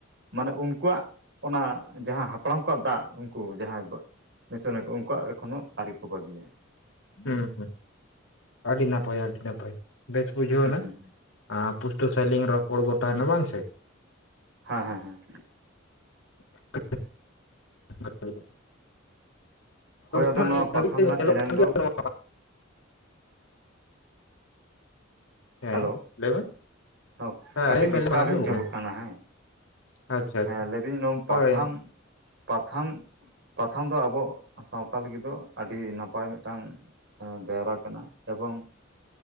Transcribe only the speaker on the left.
ᱦᱩᱸ ᱦᱩᱸ ᱟᱹᱰᱤ ᱱᱟᱯᱟᱭ ᱟᱹᱰᱤ ᱱᱟᱯᱟᱭ ᱵᱮᱥ ᱵᱩᱡᱷᱟᱹᱣ
ᱱᱟ᱾
ᱟᱸ ᱯᱩᱥᱴᱟᱹ ᱥᱟᱞᱤᱝ ᱨᱚᱯᱚᱲ ᱜᱚᱴᱟᱭᱮᱱᱟ ᱵᱟᱝ ᱥᱮ᱾
<unintelligible>
ᱱᱟᱦᱟᱜ
ᱱᱤᱛ ᱫᱷᱟᱹᱵᱤᱡ
ᱛᱮ ᱧᱮᱞᱚᱜ
ᱠᱟᱱ
ᱜᱮᱭᱟ ᱱᱚᱣᱟ ᱦᱮᱸ
ᱞᱟᱹᱭ ᱵᱮᱱ
ᱦᱮᱸ ᱢᱮᱱ
ᱢᱮ ᱟᱸᱡᱚᱢᱚᱜ
ᱟᱪᱪᱷᱟ ᱟᱪᱪᱷᱟ
ᱦᱳᱭ